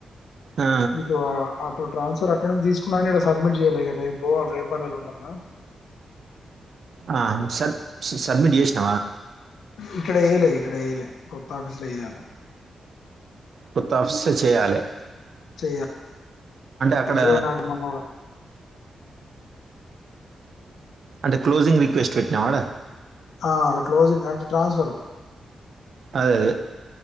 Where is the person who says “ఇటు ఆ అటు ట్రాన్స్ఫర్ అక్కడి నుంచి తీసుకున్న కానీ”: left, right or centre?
Left